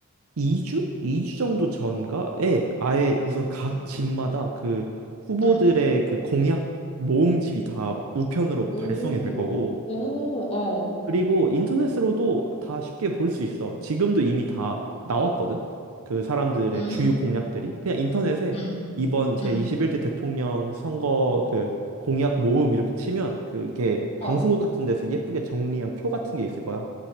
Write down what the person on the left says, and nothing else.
음,
음.
오,
오, 어,
음,
음,
음,
어,